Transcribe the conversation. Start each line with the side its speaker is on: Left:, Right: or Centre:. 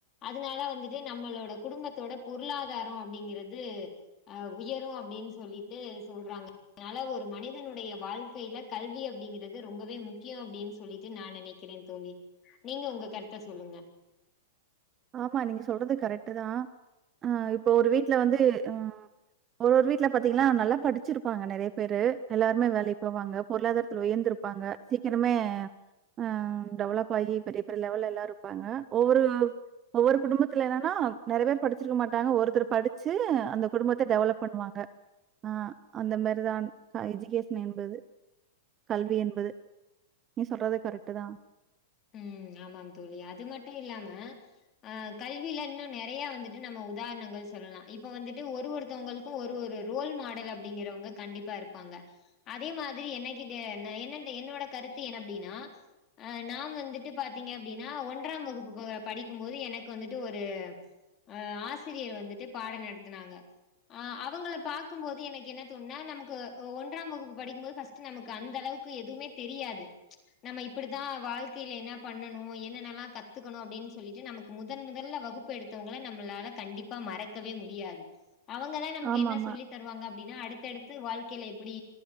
Left: அதனால வந்துட்டு நம்மளோட குடும்பத்தோட பொருளாதாரோ அப்டிங்கிறது அ உயரு அப்டின்னு சொல்லிட்டு சொல்றாங்க அதனால ஒரு மனிதனுடைய வாழ்க்கைல கல்வி அப்டிங்கிறது ரொம்பவே முக்கியோ அப்டின்னு சொல்லிட்டு நா நெனை க்கிறே தோழி நீங்க உங்க கருத்த சொல்லுங்க
Right: ஆமா நீங்க சொல்றது கரெக்ட்டு தா அ இப்போ ஒரு வீட்ல வந்து அ ஒரு ஒரு வீ்ட்ல பாத்தீங்கன்னா நல்லா படிச்சிருப்பாங்க நெறைய பேரு எல்லாருமே வேலைக்கி போவாங்க பொருளாதாரத்தில உயர்ந்திருப் பாங்க சீக்கிரமே ஆ டெவலப் ஆகி பெரிய பெரிய லெவல்லா ருப்பாங்க ஒவ்வொரு ஒவ்வொரு குடும்பத்துல என்னன்னா நெறைய பேர் படிச்சிருக்க மாட்டாங்க ஒருத்தர் படிச்சு அந்த குடும்பத்த டெவலப் பண்ணுவாங்க ஆ அந்த மாரிதான் அ எஜிகேஷன் என்பது கல்வி என்பது நீ சொல்றது கரெக்டு தா
Left: ம் ஆமாம் தோழி அது மட்டு இல்லாம ஆ கல்வில இன்னு நெறைய வந்துட்டு நம்ம உதாரணங்கள் சொல்லலா இப்ப வந்துட்டு ஒரு ஒருத்தவுங்கள் கு ஒரு ஒரு ரோல் மாடல் அப்டிங்கிறவுங்க கண்டிப்பா இருப்பாங்க அதே மாதிரி என்னகிட்ட என்ன என்னனுட என்னோட கருத்து என்ன அப்டினா அ நாம் ன் வந்துட்டு பாத்தீங்க அப்டின்னா ஒன்றாம் வகுப்பு படிக்கும்போது எனக்கு வந்துட்டு ஒரு அ ஆசிரியர் வந்துட்டு பாட நடத்துனாக ஆ அவங்கள பாக்கும் போது எனக்கு என்ன தோணுனா நமக்கு ஒன்றாம் வகுப்பு படிக்கும்போது பஸ்ட் சி நமக்கு அந்த அளவுக்கு எதுவுமே தெரியாது நம்ம இப்டிதா வாழ்க் திலே என்னா பண்ணணு என்னென்னல்லா கத்துக்கோணு அப்டின்னு சொல்லிட்டு நமக்கு முதன் முதன்ல வகுப்பு எடுத்தவங்கள நம்மளால கண்டிப் ப்பா மறக்கவே முடியாது அவங்கதா நமக்கு
Right: ஆமாமா.
Left: என்னா சொல்லித் தருவாங்க அப்டின்னா அடுத்தடுத்து வாழ்க்கேல எப்டி